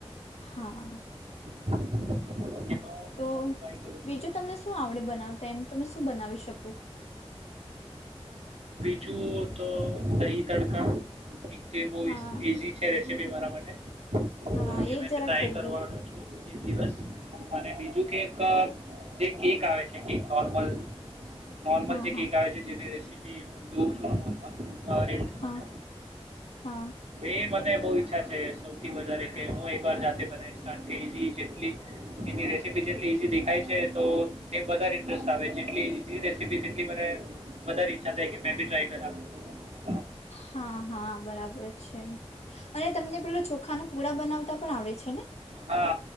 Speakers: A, on the left (about 85°); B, on the right (about 80°).
A: હા
B: <inaudible> નાખવાનું
A: તો
B: ટ્રાય કરું છું
A: બીજું તમને શું આવડે બનાવતા એમ તમે શું બનાવી શકો
B: જુઓ તો દહી તડકા એક જે બ
A: હા
B: ઇઝી છે સીપી મારા માટે તો
A: હા એજ
B: એ મેં
A: જરાક
B: ટ્રાય
A: કહી
B: કરવાનો
A: દઉ
B: છું એક દિવસ અને બીજું કેક જે કેક આવે છે કેક નોર્મલ નોર્મલ
A: હા
B: જે
A: હા
B: કેક આવે છે જેની રેસીપ જોવું છોમાં
A: હા હા
B: એ મ બ ઈચ્છા છે સૌથી વધારે કે હું એક વાર જાતે બ કે ઈ જેટ એની રેસીપી જેટલી ઈઝી દેખાય છે તો તેમ વધારે ઇન્ટરેસ્ટ આવે જેટલી ઈઝી રેસીપી તેટલી મને વધારે ઈચ્છા થાય કે મે બી ટ્રાય કર
A: હા હા બરાબર છે અને તમને પેલોું ચોખા ન પૂરા બનાવતા પણ આવડે છે ને
B: હા